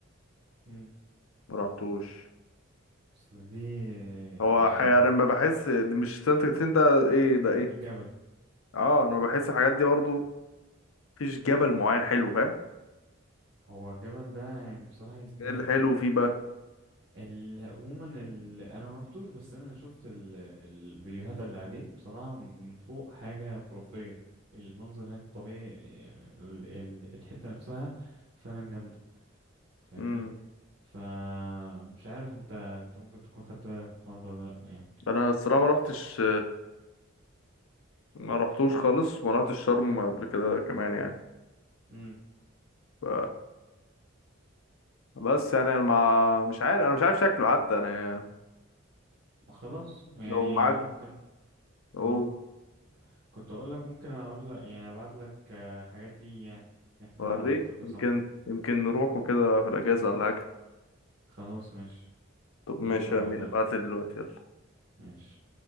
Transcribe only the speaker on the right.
امم
اصل دي
يعني
الجبل
هو الجبل ده يعني بصراحة يستاهل
يعني
ال- عموما ال... انا ما رحتوش بس انا شفت ال... الفيديوهات اللي عليه بصراحة من فوق حاجة خرافية المنظر هناك طبيعي ال... ال... الحتة نفسها فعلا جامدة فاهمني
فمش عارف انت انت ممكن تكون خدت بالك من الحوار ده ولا لا يعني
امم
خلاص يعني
انا ممكن
اه كنت اقول لك ممكن اقول لك يعني ابعت لك آه، حاجات ليه يعني احنا
نشوفها
سوا
خلاص ماشي
ماشي
هبعتها
لك
ماشي